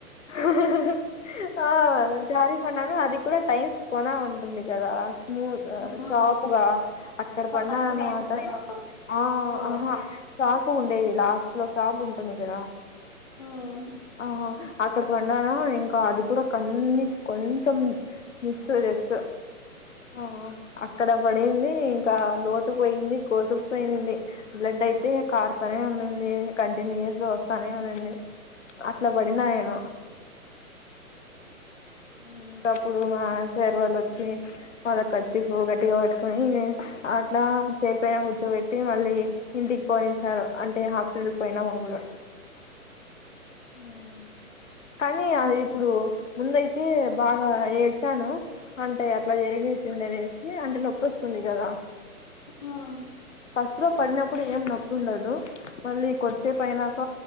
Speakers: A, on the left (about 55°); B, on the left (about 30°).
A: అహ్హ్హ్ ఆ జారి పన్నాను అది కూడా టైమ్స్ కొన ఉంటుంది కదా. ము గా
B: ఉమ్,
A: షాపుగా అక్కడ పన్నానాన్నమాట
B: పాచి పాచి కదా
A: ఆ
B: ఓహో
A: అహ
B: ఉమ్,
A: షాపు ఉండేది. లాస్ట్ లో షాప్ ఉంటుంది కదా.
B: ఉమ్,
A: ఆహ అక్కడ పన్నాన ఇంకా అది కూడా కన్ని కొంచెం మిస్ జస్ట్ ఆహ అక్కడ పడింది. క లోతుకు పోయింది, కోసుకు పోయింది, బ్లడ్ అయితే కార్తనే ఉన్నింది. కంటిన్యూస్ గా వస్తానే ఉన్నింది. అట్లా పడిన ఎం అ ఊ అప్పుడు మా సర్ వాళ్ళు వచ్చి మళ్ళీ కర్చీపు గట్టిగా పట్టుకుని అట్లా చైర్ పైన కూర్చోబెట్టి మళ్ళీ ఇంటికి పోనించారు. అంటే హాస్పిటల్కి పోయినాము అప్పుడు ఉహు ఉ కానీ అ ఇప్పుడు ముందయి తే బాగా ఏడ్చాను అంటే అట్లా జరిగేసింది అనేసి అంటే నొప్పి వస్తుంది. కదా
B: ఉమ్,
A: ఫస్ట్ లో పడినప్పుడు ఏం నొప్పు ఉండదు మళ్ళీ కొద్దిసేపు అయినాక